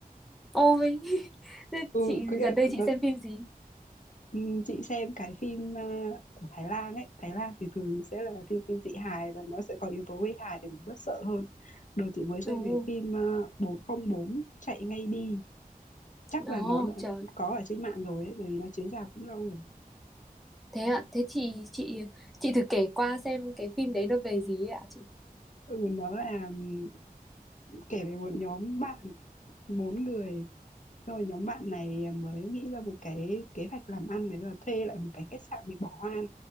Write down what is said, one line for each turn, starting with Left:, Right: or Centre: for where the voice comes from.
Centre: Ôi, <laughs> thế
Left: ừ
Centre: chị
Left: có nghĩa
Centre: gần đây
Left: là
Centre: chị xem phim gì?
Left: Ừ, chị xem cái phim ờ, của Thái Lan ấy Thái Lan thì thường sẽ là phim kinh dị hài và nó sẽ có yếu tố gây hài để mình bớt sợ hơn đợt chị mới xem
Centre: Ồ,
Left: cái phim ờ, 404 chạy ngay đi chắc
Centre: ồ,
Left: là nó đã
Centre: trời.
Left: có ở trên mạng rồi ấy bởi vì nó chiếu rạp cũng lâu rồi
Centre: Thế ạ, thế chị chị chị thử kể qua xem cái phim đấy nó về gì ấy ạ chị?
Left: ừ nó là ừm, kể về một nhóm bạn bốn người Rồi nhóm bạn này mới nghĩ ra một cái kế hoạch làm ăn đấy là thuê lại một cái khách sạn bị bỏ hoang,